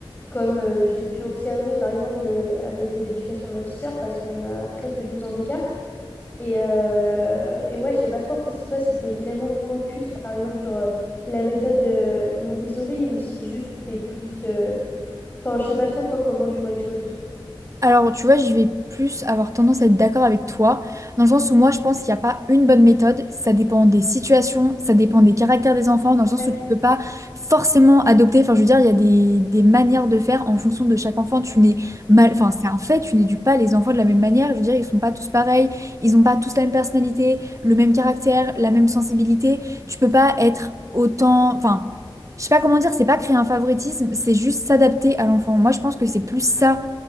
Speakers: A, on the left (about 20°); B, on the right (about 35°).
A: comme euh, j'ai pu observer, par exemple, euh, avec euh, l'éducation de ma petite sœur, parce qu'on a presque 12 ans d'écart. Et, euh, et ouais, je sais pas trop après si toi, si t'es vraiment focus, par exemple, sur euh, la méthode euh, Montessori ou si juste t'es plus... euh, Enfin, je sais pas trop toi comment tu vois les choses.
B: Alors, tu vois, je vais plus avoir tendance à être d'accord avec toi, dans le sens où moi, je pense qu'il n'y a pas une bonne méthode. Ça dépend des situations, ça dépend des caractères des enfants, dans le sens
A: Ouais,
B: où tu peux pas forcément adopter. Enfin, je veux dire, il y a des, des manières de faire en fonction de chaque enfant. Tu n'es mal, enfin, c'est un fait, tu n'éduques pas les enfants de la même manière. Je veux dire, ils sont pas tous pareils, ils n'ont pas tous la même personnalité, le même caractère, la même sensibilité. Tu peux pas être autant, enfin. Je sais pas comment dire, c'est pas créer un favoritisme, c'est juste s'adapter à l'enfant. Moi, je pense que c'est plus ça